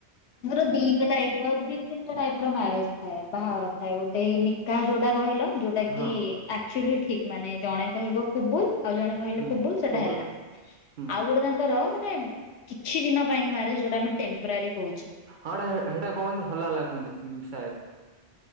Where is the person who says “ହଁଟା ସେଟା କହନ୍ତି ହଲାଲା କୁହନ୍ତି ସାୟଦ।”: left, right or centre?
Right